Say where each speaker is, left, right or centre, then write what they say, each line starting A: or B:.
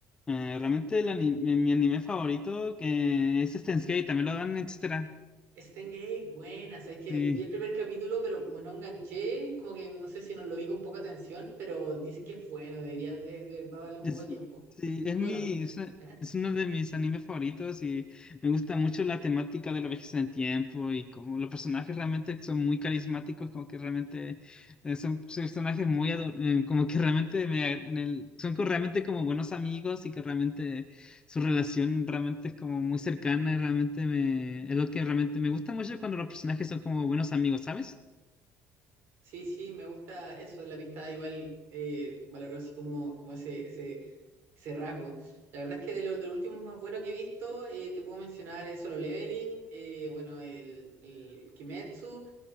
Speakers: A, on the left (about 20°); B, on the right (about 55°).
A: Eh, realmente el ani- mi, mi anime favorito que es Steins Gate, también lo dan, etcétera.
B: Gate, buena, sabes que
A: Sí.
B: vi el primer capítulo, pero como no enganché, como que no sé si nos lo vi con poca atención, pero dices que es bueno, deberías de, de verdad darle un
A: Es,
B: poco de tiempo.
A: sí, es
B: Bueno,
A: mi, es,
B: ajá.
A: es uno de mis animes favoritos y me gusta mucho la temática de la vejez en el tiempo y como los personajes realmente son muy carismáticos, como que realmente eh, son, son personajes muy, ado- eh, como que realmente me, ag- me- son co- realmente como buenos amigos y que realmente su relación realmente es como muy cercana y realmente me, es lo que realmente me gusta mucho cuando los personajes son como buenos amigos, ¿sabes?
B: Sí, sí, me gusta eso, la amistad igual eh, valoró así como, como ese, ese Ese rasgo. La verdad es que de los, de los últimos más buenos que he visto, eh, te puedo mencionar eh, Solo Leveling, eh, bueno, el, el Kimetsu,